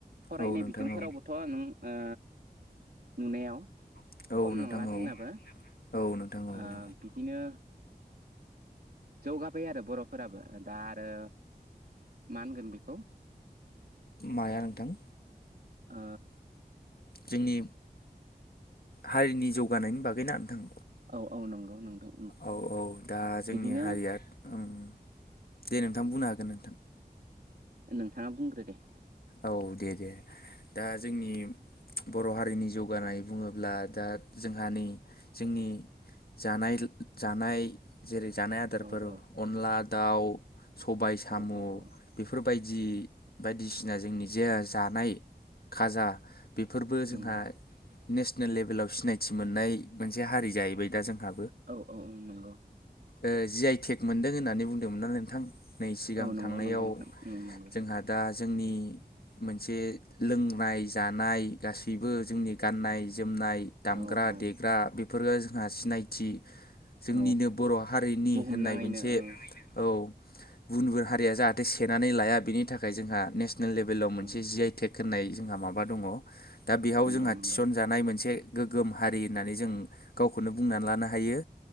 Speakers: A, on the right; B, on the left.
A: फरायनाय
B: औ नोंथां
A: बिजोंफोरावबोथ'
B: औ
A: नों ओ नुनायाव
B: औ
A: खम
B: नोंथां
A: नंला जोंनाबो
B: औ औ नोंथां औ
A: ओ
B: औ
A: बिदिनो जौगाबाय आरो बर'फोराबो ओ दा आरो मा होनगोन बिखौ
B: माया नोंथां?
A: ओ
B: जोंनि हारिनि जौगानायनि बागैना नोंथां?
A: अ' नंगौ नोंथां।
B: औ औ दा जोंनि
A: बिदिनो
B: हारिया उम दे नोंथां बुंनो हागोन नोंथां।
A: नोंथाङा बुंग्रो दे।
B: औ दे दे दा जोंनि बर' हारिनि जौगानाय बुङोब्ला दा जोंहानि जोंनि जानाय जानाय जेरै जानाय आदारफोर
A: औ औ
B: अनला दाउ सबाय साम'
A: औ औ औ
B: बेफोर बायदि बायदिसि ना जोंनि जेया जानाय खाजा बेफोरबो जोंहा
A: नंगौ
B: नेसनेल लेभेलाव सिनायथि मोननाय मोनसे हारि जाहैबाय दा जोंहा
A: औ औ उम नंगौ।
B: ओ जि आइ टेग मोनदों होननानै बुंदोंमोनना नोंथां? नै सिगां
A: औ नंगौ
B: थांनायाव
A: नंगौ नोंथां उम नंगौ
B: जोंहा दा जोंनि मोनसे लोंनाय जानाय गासिबो जोंनि गाननाय <unintelligible> जोमनाय दामग्रा-
A: औ औ
B: देग्रा बे <unintelligible> जोंहा सिनायथि जोंनिनो
A: औ
B: बर' हारिनि
A: बुहुम
B: होननाय
A: नाङैनो
B: मोनसे
A: औ
B: औ गुबुन -गुबुन हारिया जाहाथे सेनानै लाया बेनि थाखाय जोंहा नेसनेल लेभेलाव मोनसे
A: औ
B: जि आइ टेग होननाय जोंहा माबा दङ। दा बेयाव
A: नंगौ
B: जोंहा
A: नंगौ
B: थिसनजानाय मोनसे गोगोम हारि होननानै जों गावखौनो बुंनानै लानो हायो।